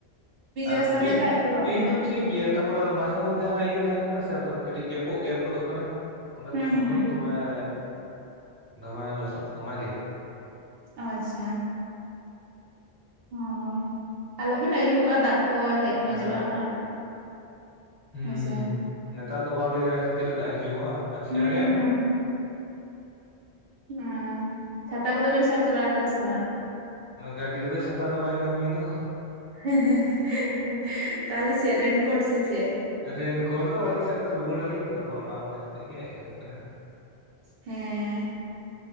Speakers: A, on the left; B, on the right.
A: ᱟᱨ
B: ᱨᱟᱥᱛᱟ
A: ᱯᱤᱪ,
B: ᱛᱮᱜᱮ ᱟᱹᱪᱩᱨᱚᱜ
A: ᱯᱤᱡ
B: ᱢᱮ
A: ᱫᱚ ᱴᱷᱤᱠ ᱜᱮᱭᱟ ᱛᱟᱨᱯᱚᱨ ᱢᱟᱡᱷᱮ ᱢᱚᱫᱽᱫᱷᱮ ᱦᱟᱱᱟ ᱤᱭᱟᱹ ᱛᱟᱦᱮᱱ ᱠᱟᱱᱟ ᱥᱮ ᱟᱫᱚ ᱠᱟᱹᱴᱤᱡ ᱜᱮᱯᱚᱜ ᱜᱮᱯ ᱜᱚᱫᱚᱜ ᱠᱟᱱᱟ ᱚᱸᱰᱮ
B: ᱦᱩᱸ
A: ᱛᱚᱠᱷᱚᱱ
B: ᱦᱩᱸ
A: ᱫᱚ ᱢᱮᱭ ᱫᱚᱢᱮ ᱞᱚᱥᱚᱫ ᱫᱚᱢᱮᱜᱮ
B: ᱟᱪᱪᱷᱟ ᱦᱳᱭ ᱟᱞᱚᱵᱤᱱ ᱟᱹᱭᱩᱵᱚᱜᱼᱟ ᱫᱟᱜ ᱠᱚ ᱦᱮᱡ ᱢᱮᱡᱚᱜᱼᱟ
A: ᱦᱮᱸ
B: ᱦᱟᱸᱜ᱾
A: ᱦᱩᱸ
B: ᱦᱳᱸᱭ ᱥᱮ,
A: ᱱᱮᱛᱟᱨ ᱫᱚ ᱵᱟᱢ ᱞᱟᱹᱭ ᱫᱟᱲᱮᱭᱟᱜᱼᱟ ᱥᱮ ᱛᱤᱨᱮ ᱫᱟᱜ ᱦᱤᱡᱩᱜᱚᱜᱼᱟ ᱟᱪᱠᱟ
B: ᱦᱩᱸ
A: ᱜᱮ
B: ᱦᱩᱸ ᱦᱸ ᱪᱷᱟᱛᱟ ᱠᱚᱫᱚ ᱵᱤᱱ ᱥᱟᱵ ᱛᱚᱨᱟ ᱠᱟᱫᱟ ᱥᱮ ᱵᱟᱝ?
A: ᱜᱟᱹᱰᱤ ᱨᱮᱫᱚ ᱪᱷᱟᱛᱟ ᱫᱚ ᱵᱟᱭ ᱠᱟᱹᱢᱤᱭᱮᱫ ᱫᱚ
B: ᱦᱮᱸ ᱦᱮᱸ ᱦᱮᱸ ᱦᱮᱸ ᱛᱟᱦᱚᱞᱮ ᱪᱮᱫ ᱨᱮᱱᱠᱳᱴ ᱥᱮ ᱪᱮᱫ?
A: ᱨᱮᱱᱠᱳᱴ ᱫᱚ ᱣᱟᱹᱞᱤᱧ ᱥᱟᱵ ᱠᱟᱫᱟ ᱨᱩᱣᱟᱹᱲ ᱟᱹᱞᱤᱧ ᱞᱚᱜᱚᱱ ᱚᱱᱟ ᱢᱚᱱᱮ ᱠᱟᱛᱮᱜ ᱜᱮ ᱦᱮᱜ ᱦᱩᱭ ᱟᱠᱟᱱᱟ᱾
B: ᱦᱮᱸᱻ